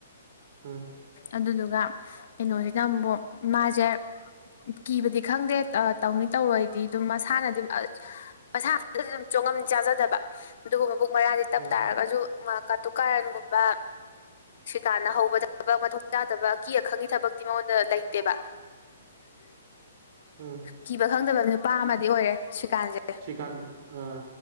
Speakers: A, on the right; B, on the left.
A: ꯎꯝ
B: ꯑꯗꯨꯗꯨꯒ ꯀꯩꯅꯣꯁꯤꯅ ꯑꯃꯨꯕꯨꯛ ꯃꯥꯁꯦ ꯀꯤꯕꯗꯤ ꯈꯪꯗꯦ ꯇꯧꯅꯤ ꯇꯧꯔꯣꯏꯗꯤ ꯑꯗꯨꯝ ꯃꯁꯥꯅꯗꯨꯝ ꯑ ꯃꯁꯥ ꯃꯁꯨ ꯑꯗꯨꯝ ꯆꯣꯡꯉꯝ ꯆꯥꯖꯗꯕ ꯑꯗꯨꯕꯨ ꯃꯕꯨꯛ ꯃꯔꯥꯁꯦ ꯇꯞ
A: ꯎꯝ
B: ꯇꯥꯔꯒꯁꯨ ꯀꯇꯨ ꯀꯥꯔꯟꯒꯨꯝꯕ ꯁꯤꯀꯥꯟꯅ ꯍꯧꯕꯗ ꯊꯕꯛ ꯃꯊꯧ ꯆꯥꯗꯕ ꯑꯀꯤ ꯑꯈꯪꯒꯤ ꯊꯕꯛꯇꯤ ꯃꯉꯣꯟꯗ ꯂꯩꯇꯦꯕ
A: ꯎꯝ
B: ꯀꯤꯕ ꯈꯪꯗꯕ ꯅꯨꯄꯥ ꯑꯃꯗꯤ ꯑꯣꯏꯔꯦ ꯁꯤꯀꯥꯟꯁꯦ
A: ꯁꯤꯀꯥꯟꯇ ꯑ